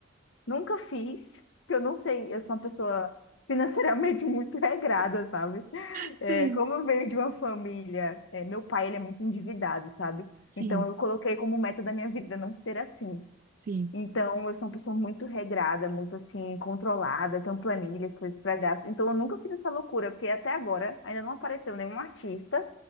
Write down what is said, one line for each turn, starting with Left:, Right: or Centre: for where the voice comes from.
Left: Nunca fiz, porque eu não sei, eu sou uma pessoa financeiramente <laughs> muito regrada, sabe?
Right: Sim.
Left: É, como eu venho de uma família, é, meu pai, ele é muito endividado, sabe?
Right: Sim,
Left: Então eu coloquei como meta da minha vida não ser assim.
Right: sim,
Left: Então eu sou uma pessoa muito regrada, muito assim, controlada, eu tenho planilhas, coisas para gasto. Então eu nunca fiz essa loucura, porque até agora ainda não apareceu nenhum artista